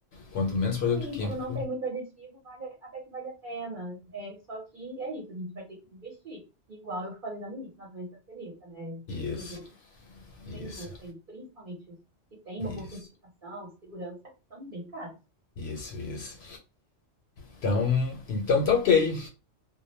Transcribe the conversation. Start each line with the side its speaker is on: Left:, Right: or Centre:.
Left: Quanto menos produto
Right: Sim,
Left: químico,
Right: quando não tem muito aditivo, vale, até que vale a pena. É, só que é isso, a gente vai ter que investir. Igual eu falei lá no início, na doença celíaca, né? Os
Left: isso,
Right: Produtos
Left: isso,
Right: sem glúten, principalmente os que têm uma
Left: isso.
Right: boa certificação, segurança, são bem caros.
Left: Isso, isso. Então, então tá ok.